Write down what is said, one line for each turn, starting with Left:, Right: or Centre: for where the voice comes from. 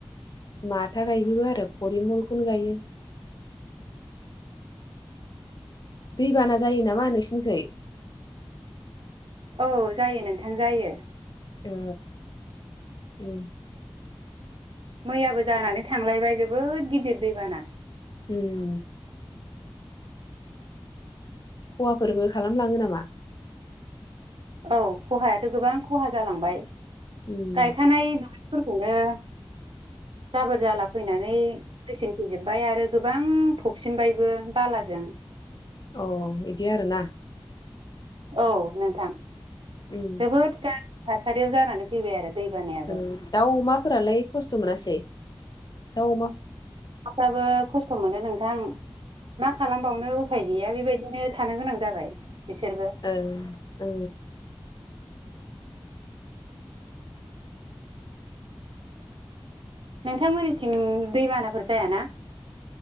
Left: माथा गायजोबो आरो फरिमलखौनो गायो। दैबाना जायो नामा नोंसिनिखै?
Right: औ जायो नोंथां जायो।
Left: ओ उम।
Right: मैयाबो जानानै थांलायबाय जोबोद गिदिर दैबाना।
Left: उम। खहाफोरबो खालामलाङो नामा?
Right: औ खहायाथ' गोबां खहा जालांबाय
Left: उम
Right: गायखानाय दुब्लि फोरखौनो जाबोर जाला फैनानै फैसिनफिनजोबबाय आरो गोबां फबसिनबायबो बालाजों।
Left: अ बिदि आरो ना।
Right: औ नोंथां जोबोद
Left: उम
Right: गाज्रि थासारियाव जानानै फैबाय आरो दै बानायाबो।
Left: ओ दाउ अमाफोरालाय खस्थ' मोनासै दाउ अमा
Right: फ्राबो खस्थ' मोन्दों नोंथां मा खालामबावनो उफाय गैया बेबायदिनो थानो गोनां जाबाय बिसोरबो।
Left: ओ ओ।
Right: नोंथांमोननिथिं दैबानाफोर जायाना?